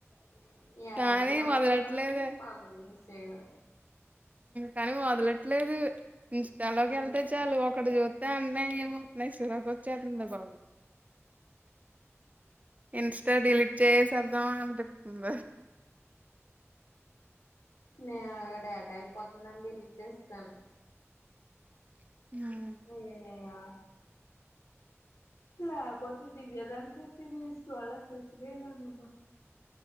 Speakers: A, on the left (about 85°); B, on the right (about 30°).
A: <unintelligible>
B: కానీ వదలట్లేదే
A: పగలు సేయడు
B: కాని వదలట్లేదు ఇంస్టాలోకి
A: ఉమ్
B: వెళ్తే చాలు ఒకటి చూస్తే అన్ని అయే ఉ నాక్ చిరాకు వచ్చేస్తుంది బాబు ఇన్స్ట డిలీట్ చేసేద్దామ అనిపిత్తంది
A: నేను డేటా అయిపొతుందని డెలీట్ చేసేసాను
B: <unintelligible>
A: అయ్యయ్యోఆ లేకపోతే దివ్యదానికి ఈ రీల్స్ చూడలేక సచ్చిపోయేదానమ్మా